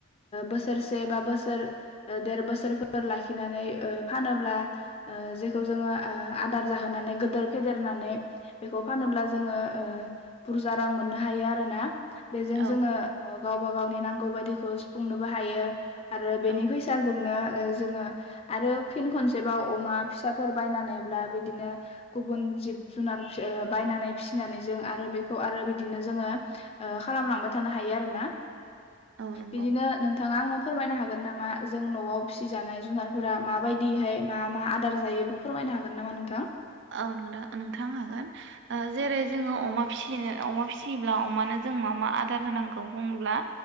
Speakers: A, on the left; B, on the right.
A: बोसोरसे बा बोसोर देर बोसोरफोर लाखिनानै ओ फानोब्ला ओ जेखौ जोङो आदार जाहोनानै गिदोर फेदेरनानै बेखौ फानोब्ला जोङो ओ बुरजा रां मोननो हायो आरो ना। बेजों
B: औ
A: जोङो गावबा गावनि नांगौ बायदिखौ सुफुंनोबो हायो। आरो
B: औ
A: बेनि फैसाजोंनो ओ जोङो आरो फिन खनसेबाव अमा फिसाफोर बायनानैब्ला बिदिनो गुबुन जिब जुनार ओ बायनानै फिनानै जों आरो बेखौ आरो बिदिनो जोङो ओ खालामलांबाय थानो हायो आरोना।
B: औ नंगौ
A: बिदिनो नोंथाङा आंनो फोरमायनो हागोन हागोन नामा जों न'आव फिसिजानाय जुनारफोरा माबायदिहाय मा मा आदार जायो बेखौ फोरमायनो हागोन नामा नोंथां।
B: औ नोंथ नोंथां हागोन जेरै
A: औ
B: जोङो अमा फिनो अमा फिसियोब्ला अमानो जों मा मा आदार होनांगौ बुङोब्ला